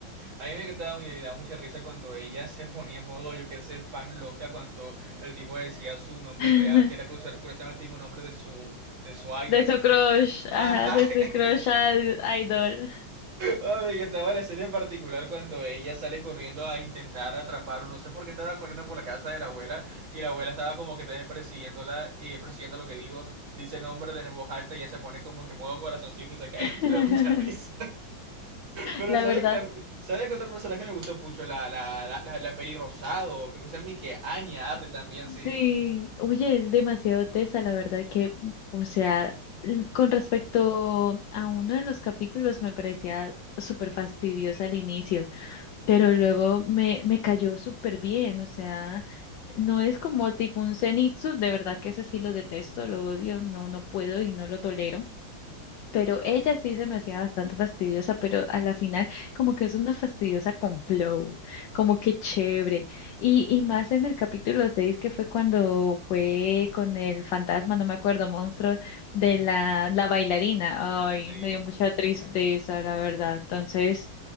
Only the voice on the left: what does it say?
<laughs>
De su
crush, ajá,
de
su crush al idol.
<laughs>
La
verdad.
Sí,
oye, es demasiado tesa, la verdad que, o sea, l- con respecto a uno de los capítulos me parecía súper fastidiosa al inicio, pero luego me, me cayó súper bien, o sea, no es como tipo un Zenitsu, de verdad que ese sí lo detesto, lo odio, no, no puedo y no lo tolero pero ella sí se me hacía bastante fastidiosa, pero a la final como que es una fastidiosa con flow, como que chévere. Y, y más en el capítulo 6 que fue cuando fue con el fantasma, no me acuerdo, monstruo de
la, la bailarina. Ay,
me dio mucha tristeza, la verdad. Entonces,